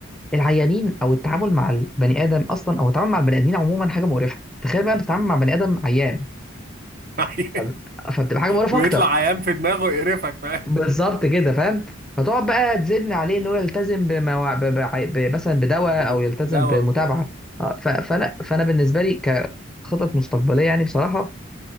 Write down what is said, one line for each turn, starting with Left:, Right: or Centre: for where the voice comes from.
Centre: العيانين او التعامل مع البني ادم اصلا او التعامل مع البني ادمين عموما حاجه مقرفه تخيل بقى بتتعامل مع بني ادم عيان
Right: <laughs>
Centre: فب- فبتبقى حاجه مقرفه
Right: ويطلع
Centre: اكتر
Right: عيان في دماغه يقرفك فاهم
Centre: بالظبط كده فاهم فتقعد بقى تزن عليه انه يلتزم بموا... ب... ب... ب... مثلا بدواء
Right: بدك-
Centre: او يلتزم
Right: بدواء
Centre: بمتابعه
Right: وبتاع
Centre: آه، ف... فلا فانا بالنسبه لي كخطط مستقبليه يعني بصراحه